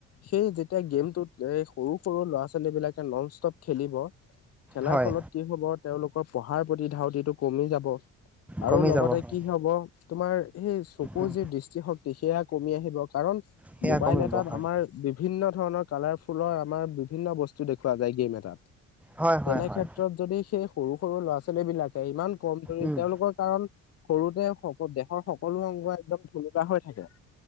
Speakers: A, on the left; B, in the centre.
A: সেই যেতিয়া গেমটোত সৰু সৰু ল'ৰা ছোৱালী বিলাকে নন ষ্টপ খেলিব খেলাৰ
B: হয়
A: ফলত কি হব তেওঁলোকৰ পঢ়াৰ প্ৰতি ধাউতিটো কমি যাব
B: কমি
A: আৰু লগতে
B: যাব হয়
A: কি হব তোমাৰ সেই চকুৰ
B: উম
A: যি দৃষ্টিশক্তি সেয়া কমি আহিব কাৰণ
B: সেয়া
A: মোবাইল
B: কমিব
A: এটাত
B: হয়
A: আমাৰ বিভিন্ন ধৰণৰ কালাৰ ফুলৰ আমাৰ বিভিন্ন ব স্তু দেখুওৱা যায় গেম এটাত
B: হয় হয়
A: তেনে
B: হয়
A: ক্ষেত্ৰত যদি সেই সৰু সৰু ল'ৰা ছোৱালী বিলাকে ইমান কমজৰি
B: উম
A: তেওঁলোকৰ কাৰণ সৰুতে দেহৰ সকলো অংগ একদম থুলকা হৈ থাকে।